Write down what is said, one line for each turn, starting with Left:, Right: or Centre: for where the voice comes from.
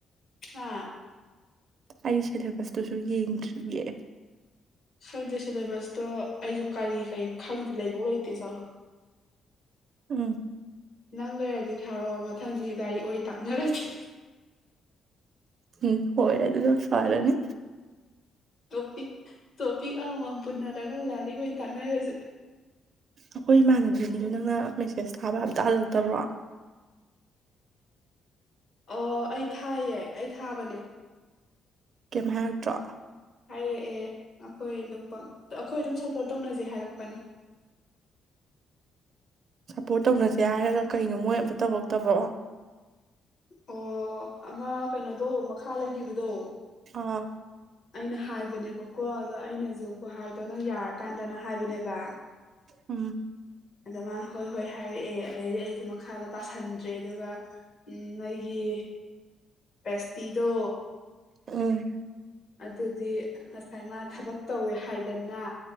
Left: ꯍꯥ
Right: ꯑꯩ ꯁꯦꯂꯦꯕꯁꯇꯨꯁꯨ ꯌꯦꯡꯗ꯭ꯔꯤꯌꯦ
Left: ꯈꯪꯗꯦ ꯁꯤꯂꯦꯕꯁꯇꯣ ꯑꯩꯁꯨ ꯀꯔꯤ ꯀꯔꯤ ꯈꯪꯗꯦ ꯂꯩꯕꯧ ꯂꯩꯇꯦ ꯆꯠꯂꯣ
Right: ꯎꯝ
Left: ꯅꯪ ꯂꯩꯔꯗꯤ ꯊꯥꯔꯛꯑꯣ ꯃꯊꯪꯗꯤ ꯂꯥꯏꯔꯤꯛ ꯑꯣꯢ ꯇꯥꯛꯅꯔꯁꯤ
Right: ꯎꯝ ꯍꯣꯢ ꯑꯗꯨꯅ ꯐꯔꯅꯤ
Left: ꯇꯣꯄꯤꯛ ꯇꯣꯄꯤꯛ ꯑꯃꯃꯝ ꯄꯨꯟꯅꯔꯒ ꯂꯥꯏꯔꯤꯛ ꯑꯣꯏꯅ ꯇꯥꯛꯅꯔꯖꯦ
Right: ꯑꯩꯈꯣꯏ ꯏꯃꯥꯟꯅꯗ꯭ꯔꯤꯅꯤꯗꯣ ꯅꯪꯅ ꯃꯦꯁꯦꯁ ꯊꯥꯕ ꯑꯝꯇ ꯍꯜꯂꯛꯇꯕ꯭ꯔꯣ
Left: ꯑꯣ ꯑꯩ ꯊꯥꯏꯌꯦ ꯑꯩ ꯊꯥꯕꯅꯦ
Right: ꯀꯩꯝ ꯍꯥꯏꯔꯛꯇ꯭ꯔꯣ
Left: ꯍꯥꯏꯔꯛꯑꯦ ꯑꯩꯈꯣꯏ ꯑꯗꯨꯝ ꯑꯩꯈꯣꯏ ꯑꯗꯨꯝ ꯁꯞꯄꯣꯔꯠ ꯇꯧꯅꯖꯦ ꯍꯥꯏꯔꯛꯄꯅꯤ
Right: ꯁꯞꯄꯣꯔꯠ ꯇꯧꯅꯁꯦ ꯍꯥꯏꯔꯒ ꯀꯩꯅꯣ ꯃꯣꯏ ꯑꯝꯇ ꯇꯧꯔꯛꯇꯕꯣ
Left: ꯑꯣ ꯑꯃ ꯀꯩꯅꯣꯗꯣ ꯃꯈꯥ ꯂꯩꯈꯤꯕꯗꯣ
Right: ꯑ
Left: ꯑꯩꯅ ꯍꯥꯏꯕꯅꯦꯕꯀꯣ ꯑꯗꯣ ꯑꯩꯅꯁꯨ ꯈꯨꯍꯥꯏꯗꯣ ꯅꯪ ꯌꯥꯔꯀꯥꯟꯗꯅ ꯍꯥꯏꯕꯅꯦꯕ
Right: ꯎꯝ
Left: ꯑꯗ ꯃꯥꯅ ꯍꯣꯏ ꯍꯣꯏ ꯍꯥꯏꯔꯛꯑꯦ ꯑꯗꯩ ꯑꯩꯁꯨ ꯃꯈꯥꯗꯣ ꯇꯥꯁꯟꯗ꯭ꯔꯦ ꯑꯗꯨꯒ ꯎꯝ ꯑꯩꯒꯤ ꯄꯦꯁꯇꯤꯗꯣ
Right: ꯎꯝ
Left: ꯑꯗꯨꯗꯤ ꯉꯁꯥꯏ ꯃꯥ ꯊꯕꯛ ꯇꯧꯋꯦ ꯍꯥꯏꯗꯅ